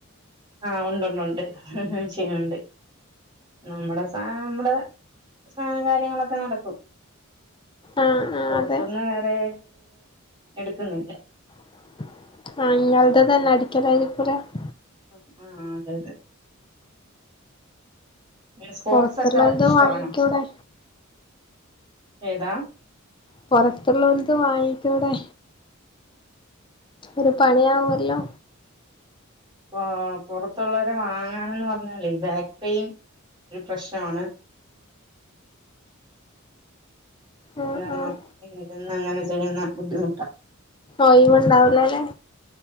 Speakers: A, on the right (about 20°); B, on the left (about 25°).
A: ആ ഉണ്ടുണ്ട് ചെയ്യ്ണുണ്ട് നമ്മുടെ സാ നമ്മുടെ സാധനം കാര്യങ്ങളൊക്കെ നടക്കും
B: ആഹ് ആഹ്
A: പുറത്ത്ന്ന്
B: അതെ
A: വേറെ എടുക്കുന്നില്ല
B: ആ <unintelligible>
A: ഉം. ആ അതെ അതെ സ്പോർട്സൊക്കെ
B: പൊറത്തുള്ളോൽത്
A: ഇഷ്ടാണോ
B: വാങ്ങിക്കൂടെ
A: ഏതാ
B: പൊറത്തുള്ളോലത് വാങ്ങിക്കൂടെ ഒരു പണിയാവല്ലോ
A: ആ പുറത്തുള്ളവരെ വാങ്ങാനെന്ന് പറഞ്ഞാലേ ബാക്ക് പെയിൻ ഒരു പ്രശ്നമാണ് അത്
B: ആഹ്
A: കാരണം
B: ആഹ്
A: ഇരുന്ന് അങ്ങനെ ചെയ്യുന്ന ബുദ്ധിമുട്ടാ
B: ഒഴിവുണ്ടാവൂലല്ലേ